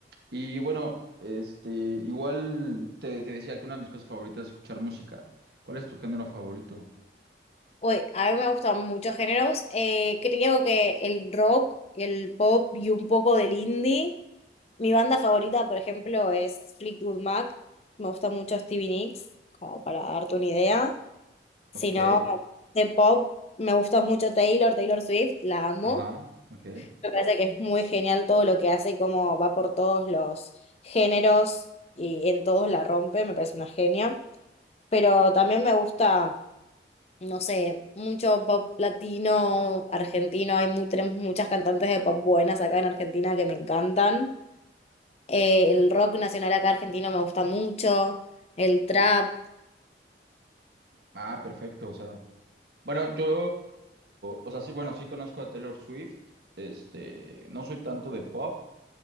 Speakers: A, on the right; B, on the left.
A: Y bueno, este, igual te, te decía que una de mis cosas favoritas es escuchar música. ¿Cuál es tu género favorito?
B: Uy, a mí me gustan muchos géneros. Eh, creo que el rock, el pop y un poco del indie. Mi banda favorita, por ejemplo, es Fleetwood Mac. Me gusta mucho Stevie Nicks, como para darte una idea. Si
A: Ok,
B: no, de pop, me gusta mucho Taylor, Taylor Swift, la amo.
A: ajá, ok.
B: Me parece que es muy genial todo lo que hace y cómo va por todos los géneros y en todos la rompe, me parece una genia. Pero también me gusta, no sé, mucho pop latino, argentino, hay muy, tenemos muchas cantantes de pop buenas acá en Argentina que me encantan. Eh, el rock nacional acá argentino me gusta mucho, el trap,
A: Ah, perfecto, o sea. Bueno, yo, o sea, sí, bueno, sí conozco a Taylor Swift, este, no soy tanto de pop,